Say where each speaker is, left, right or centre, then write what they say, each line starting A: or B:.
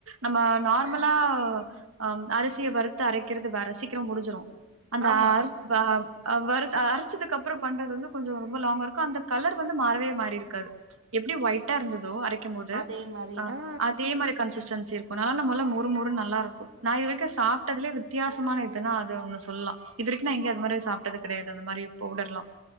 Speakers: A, on the right; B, on the right.
A: நம்ம நார்மலா அ அரிசிய வறுத்து அரக்கிறது வேற சீக்கிர முடிஞ்சிரு அந்த
B: ஆமா
A: ஆரு வக அ வருத் அரச்சதுக்கு அப்புற பண்றது வந்து கொஞ்சோ ரொம்ப லாங்கா இருக்கு அந்த கலர் வந்து மாறவே மாறிருக்காது எப்டி ஒய்ட்டா இருந்ததோ அரக்கும்போது
B: அதே மாரி
A: அ
B: ஆ
A: அத் தே மாரி கன்சிஸ்டன்சி இருக்கு நல்லான மொல்ல மொறு மொறுன் நல்லாருக்கு நா இது வரக்கு சாப்ட்டதுலே அது தியாசமான இதுன்னா அது ஒன்னு சொல்லா இது வரிக்கு நா இங்க அது மாரி எது சாப்ட்டது கடயாது அந்த மாரி பவுடர்லா